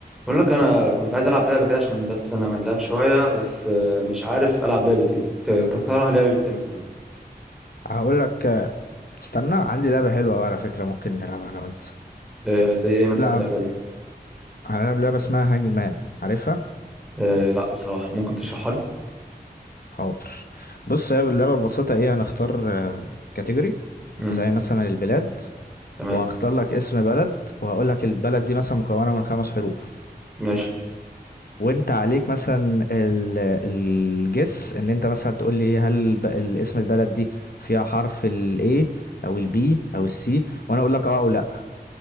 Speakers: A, in the centre; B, on the left.
A: بقول لك انا كنت عايز العب لعبه كده عشان بس انا ملان شويه بس آه، مش عارف العب لعبه ايه ت- تقترح لعبه ايه مثلا
B: هقول لك تستنى عندي لعبة حلوة أوي على فكرة ممكن نلعبها أنا وأنت
A: آه، زي ايه مثلا
B: لعب
A: اللعبه دي
B: هنلعب لعبة اسمها هانج مان عارفها؟
A: آه، لا بصراحه ممكن تشرحها لي
B: حاضر بص هي اللعبة ببساطة إيه هنختار كاتيجوري
A: امم
B: زي مثلا البلاد
A: تمام
B: وهختار لك اسم بلد وهقول لك البلد دي مثلا مكونة من خمس حروف
A: ماشي
B: وأنت عليك مثلا ال- الجس إن أنت مثلا تقول لي هل الب- الاسم البلد دي فيها حرف ال A أو ال B أو ال C وأنا أقول لك أه أو لأ